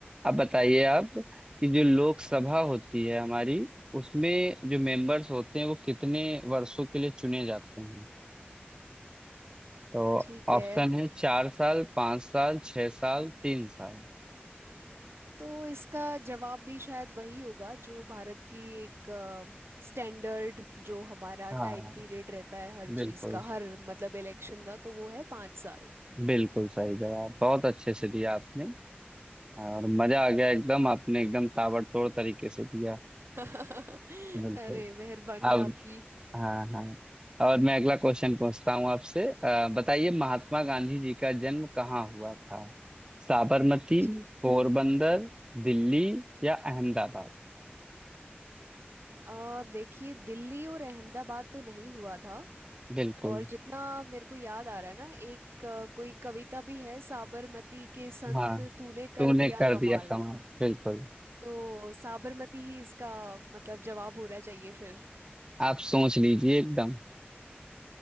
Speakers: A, on the right; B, on the right.
A: अब बताइए आप कि जो लोकसभा होती है हमारी उसमें जो मेंबर्स होते हैं वो कितने वर्षों के लिए चुने जाते हैं तो
B: ठीक है
A: ऑप्शन है चार साल पांच साल छह साल तीन साल
B: तो इसका जवाब भी शायद वही होगा जो भारत की एक स्टैंडर्ड जो हमारा
A: हाँ
B: टाइम पीरियड रहता है हर
A: बिल्कुल
B: चीज का हर मतलब इलेक्शन का तो वो है पाँच साल
A: बिल्कुल सही जवाब बहुत अच्छे से दिया आपने और मजा आ गया एकदम आपने एकदम ताबड़तोड़ तरीके से दिया
B: <laughs>
A: बिल्कुल
B: अरे मेहरबानी
A: अब
B: आपकी
A: हाँ हाँ और मैं अगला क्वेश्चन पूछता हूँ आपसे अ, बताइए महात्मा गांधी जी का जन्म कहाँ हुआ था साबरमती
B: ठीक
A: पोरबंदर दिल्ली या अहमदाबाद
B: आ देखिए दिल्ली और अहमदाबाद तो नहीं हुआ था
A: बिल्कुल
B: और जितना मेरे को याद आ रहा है ना एक अ, कोई कविता भी है साबरमती के संत
A: हाँ
B: तूने
A: तूने
B: कर दिया
A: कर
B: कमाल
A: दिया कमाल बिल्कुल
B: तो साबरमती ही इसका मतलब जवाब होना चाहिए फिर
A: आप सोच लीजिए एकदम